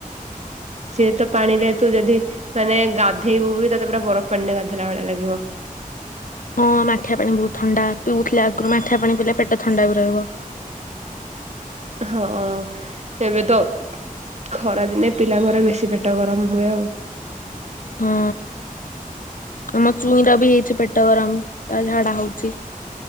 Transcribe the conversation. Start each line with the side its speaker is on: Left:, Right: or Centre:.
Right: ସିଏ ତ ପାଣିରେ ତୁ ଯଦି ମାନେ ଗାଧେଇବୁ ବି ତତେ ପୁରା ବରଫ ପାଣିରେ ଗାଧୋଇଲା ଭଳିଆ ଲାଗିବ।
Left: ହଁ ମାଠିଆ ପାଣି ବହୁତ ଥଣ୍ଡା। ପିଉଥିଲି ଆଗରୁ। ମାଠିଆ ପାଣି ପିଇଲେ ପେଟ ଥଣ୍ଡା ବି ରହିବ।
Right: ହଁ ଏବେ ତ ଖରା ଦିନେ ପିଲାଙ୍କର ବେଶୀ ପେଟ ଗରମ ହୁଏ ଆଉ।
Left: ହଁ ଆମ ଚୁଇଁର ବି ହେଇଛି ପେଟ ଗରମ ତାର ଝାଡା ହଉଛି।